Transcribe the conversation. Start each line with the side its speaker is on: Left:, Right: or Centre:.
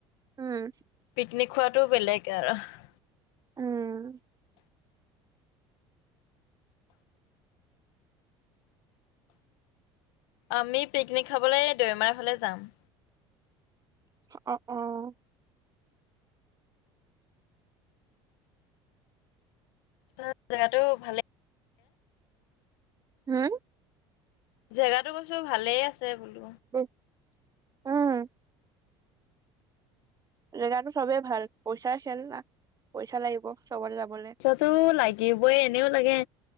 Right: উম।
Left: পিকনিক খোৱাটো বেলেগ আৰু ইয়াত
Right: উম'।
Left: আমি পিকনিক খাবলৈ দৈমাৰ ফালে যাম।
Right: অহ।
Left: <unintelligible> জেগাটো ভালেই।
Right: হম?
Left: জেগাটো কৈছো, ভালেই আছে বোলো।
Right: উহ উম। জেগাটো চবে ভাল। পইচা খেল না, পইচা লাগিব চবতে যাবলে।
Left: ততো লাগিবই, এনেও লাগে।